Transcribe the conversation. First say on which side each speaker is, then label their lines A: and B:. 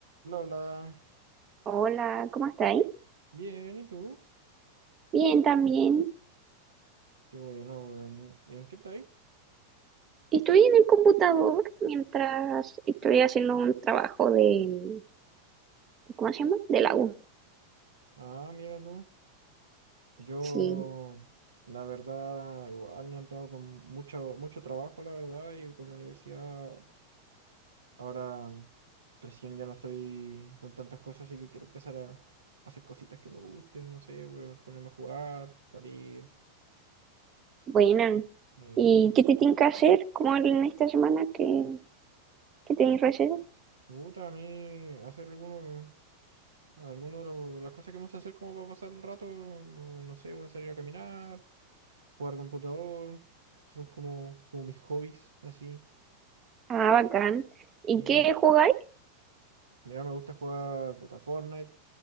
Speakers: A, on the right; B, on the right.
A: La, la.
B: Hola, ¿cómo estáis?
A: Bien, ¿y tú?
B: Bien, también.
A: Qué bueno, weón. ¿Y en qué estáis?
B: Estoy en el computador mientras estoy haciendo un trabajo de, de- ¿cómo se llama? De la U.
A: Ah, mira tú. Yo,
B: Sí,
A: la verdad, igual he andado con mucho, mucho trabajo, la verdad, y con la universidad. Ahora, recién ya no estoy con tantas cosas, así que quiero empezar a hacer cositas que me gusten, no sé, weón, ponerme a jugar, salir.
B: buena.
A: Y me
B: ¿Y qué te tienen que hacer? ¿Cómo en esta semana que, que tenéis receso?
A: gusta a mí hacer algunos, algunos de los- las cosas que vamos a hacer como para pasar el rato, como, no sé, weón, salir a caminar. jugar computador, esos son como, como mis hobbies, así.
B: Ah, bacán. ¿Y
A: Sí.
B: qué jugáis?
A: Mira, me gusta jugar puta Fortnite,